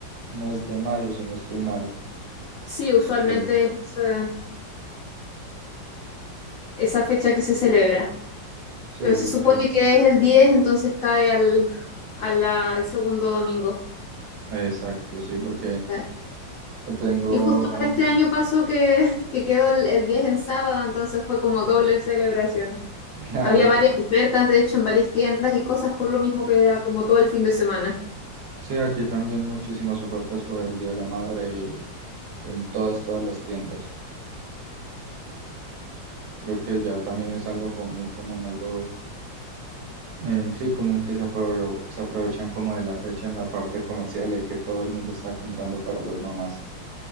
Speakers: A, on the right; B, on the left.
A: mes de mayo, si no estoy mal.
B: Sí, usualmente
A: Sí,
B: es esa, esa fecha que se celebra,
A: sí,
B: Pero
A: porque,
B: se supone que es el diez entonces cae al, a la- al segundo domingo.
A: exacto, sí, porque
B: claro.
A: tengo,
B: Y justo ahora
A: am-
B: este año pasó que, que quedó el, el 10 en sábado, entonces fue como doble celebración.
A: <laughs> claro.
B: Había varias ofertas, de hecho, en varias tiendas y cosas por lo mismo que era como todo el fin de semana.
A: Sí, aquí también muchísimas ofertas por el Día de la Madre y en todas, todas las tiendas. Creo que ya también es algo como muy común, algo eh, sí común que se, apro- se aprovechan como de la fecha en la parte comercial de que todo el mundo está comprando para las mamás.